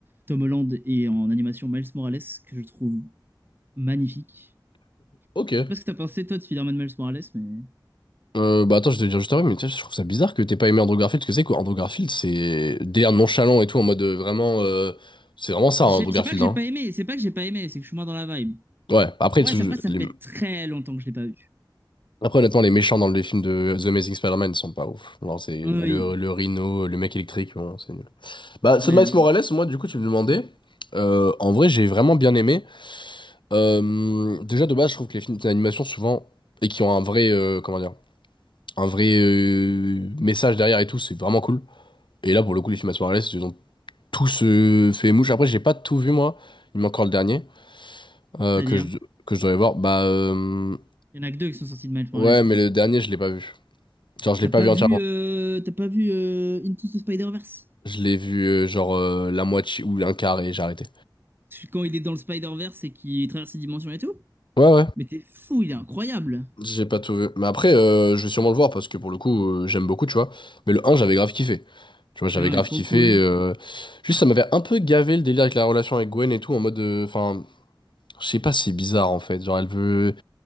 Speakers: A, on the right; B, on the left.
A: Tom Holland et en animation Miles Morales, que je trouve magnifique.
B: Ok.
A: Je sais pas ce que t'as pensé, toi, de Spider-Man Miles Morales, mais.
B: Euh, bah attends, je vais te dire juste après, mais tiens, je trouve ça bizarre que t'aies pas aimé Andrew Garfield, parce que c'est quoi? Andrew Garfield, c'est délire nonchalant et tout, en mode euh, vraiment. euh, C'est vraiment ça, hein,
A: J'ai-
B: Andrew Garfield,
A: C'est pas que j'ai
B: hein.
A: pas aimé, c'est pas que j'ai pas aimé, c'est que je suis moins dans la vibe.
B: Ouais, après,
A: En vrai, c'est- après, ça
B: les-
A: fait très longtemps que je l'ai pas vu.
B: Après, honnêtement, les méchants dans les films de The Amazing Spider-Man sont pas ouf. Genre, c'est
A: Ah
B: bah,
A: Oui,
B: le, le Rhino, le mec électrique, bon, c'est nul. Bah, ce
A: ouais,
B: Miles
A: voilà.
B: Morales, moi, du coup, tu me demandais. euh, en vrai, j'ai vraiment bien aimé. Euh, déjà, de base, je trouve que les films d'animation, souvent, et qui ont un vrai, euh, comment dire, un vrai euh, message derrière et tout, c'est vraiment cool. Et là, pour le coup, les films Miles Morales, ils ont tous euh, fait mouche. Après, j'ai pas tout vu, moi. Il manque encore le dernier euh,
A: C'est-à-dire,
B: que je, que je devrais voir. Bah, euh,
A: il y en a que deux qui sont sortis de Miles Morales
B: ouais,
A: pour
B: mais
A: l'instant.
B: le dernier, je l'ai pas vu. Genre, je
A: T'as
B: l'ai pas
A: pas
B: vu
A: vu,
B: entièrement.
A: euh, t'as pas vu euh, Into the Spider-Verse?
B: Je l'ai vu euh, genre euh, la moitié ou un quart et j'ai arrêté.
A: quand il est dans le Spider-Verse et qu'il traverse les dimensions et tout.
B: Ouais, ouais.
A: Mais t'es fou, il est incroyable.
B: J'ai pas tout vu. Mais après, euh, je vais sûrement le voir parce que pour le coup, euh, j'aime beaucoup, tu vois. Mais le un, j'avais grave kiffé. Tu vois, j'avais
A: Le 1
B: grave
A: est trop
B: kiffé.
A: cool.
B: euh, Juste, ça m'avait un peu gavé le délire avec la relation avec Gwen et tout, en mode. euh, Enfin, je sais pas, c'est bizarre en fait. Genre, elle veut,